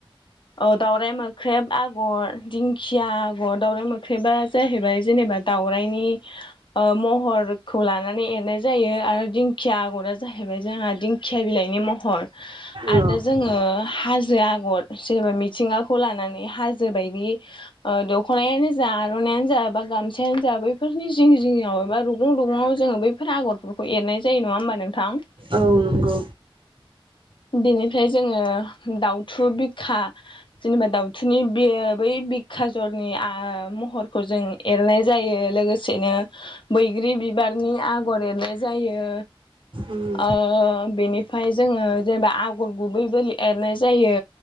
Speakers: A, on the left; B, on the right.
A: औ दाउराय मोख्रेब आगर दिंखिया आगर दाउराय मोख्रेबा जाहैबाय जेनेब दावराइनि ओ महरखौ लानानै एरनाय जायो आरो दिंखिया आगरा जायो जाहैबाय जोंहा दिंखिया बिलाइनि महर
B: औ
A: आरो जोङो हाजो आगर जेनेबा मिथिंगाखौ लानानै हाजो बायदि ओ दख'नायानो जा आर'नायइानो जा बा गामसायानो जा बैफोरनि जिं जिंआव एबा रुगुं रुगुङाव जोङो बैफोर आगरफोरखौ एरनाय जायो नङा होमबा नोंथां?
B: औ नंगौ।
A: बेनिफ्राय जोङो दाउथु बिख था जेनेबा दाउथुनि बि बै बिखा जरनि आ महरखौ जों जर एरनाय जायो लोगोसेनो बैग्रि बिबारनि आगर एरनाय जायो।
B: उम
A: अ बेनिफ्राय जोङो जेनेबा आगर गुबैबो एरनाय जायो।